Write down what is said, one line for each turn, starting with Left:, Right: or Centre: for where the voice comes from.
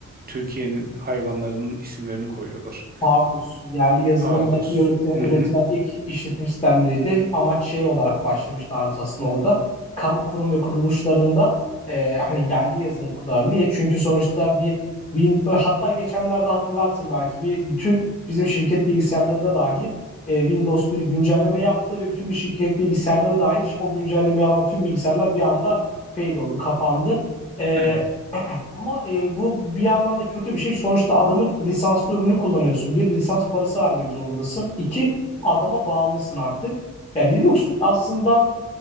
Right: Türkiye'nin hayvanlarının isimlerini koyuyorlar.
Left: Pardus, yerli yazılımla
Right: Pardus.
Left: üretilen,
Right: Hı
Left: üretilen
Right: hı.
Left: ilk işletim sistemleriydi. Amaç şey olarak başlamıştı Aruz aslında orada. Kamu kurum ve kuruluşlarında e, hani yerli yazılım kullanır. Niye? Çünkü sonuçta bir, bin, hatta geçenlerde hatırlarsın belki bir bütün bizim şirket bilgisayarlarında dahi e, Windows bir güncelleme yaptı ve bütün bir şirket bilgisayarları dahil o güncellemeyi alan tüm bilgisayarlar bir anda fail oldu, kapandı. E,
Right: Evet.
Left: ama e, bu bir yandan da kötü bir şey. Sonuçta adamın lisanslı ürünü kullanıyorsun. Bir, lisans parası vermek zorundasın. İki, adama bağımlısın artık. Yani Linux aslında